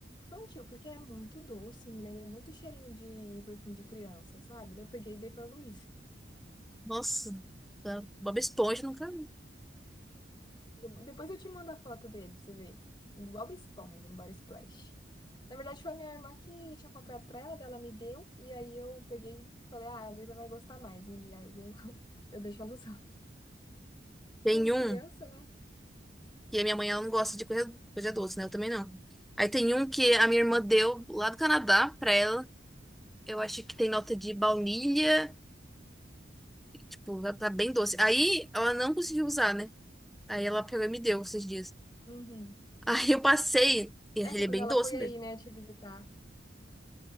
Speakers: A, on the left; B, in the centre.
A: infantil, porque é muito doce, me lembra muito cheirinho de perfume de criança, sabe? Daí Eu peguei e dei pra Luiz.
B: Nossa, tá- Bob Esponja nunca vi.
A: do- Depois eu te mando a foto dele, pra você ver. Do Bob Esponja, no Body Splash. Na verdade, foi a minha irmã que tinha comprado pra ela, daí ela me deu, e aí eu peguei e falei, ah, a Luísa vai gostar mais. E aí eu, <laughs> eu deixo ela usando.
B: Tem
A: Ela é
B: um.
A: criança, né?
B: E a minha mãe, ela não gosta de coisa, coisa doce, né? Eu também não. Aí tem um que a minha irmã deu lá do Canadá pra ela. Eu acho que tem nota de baunilha. Tipo, tá tá bem doce. Aí ela não conseguiu usar, né? Aí ela pegou e me deu esses dias.
A: Uhum.
B: Aí eu passei. e Ele
A: Aí foi
B: é
A: quando
B: bem
A: ela
B: doce
A: foi
B: mesmo.
A: aí, né, te visitar.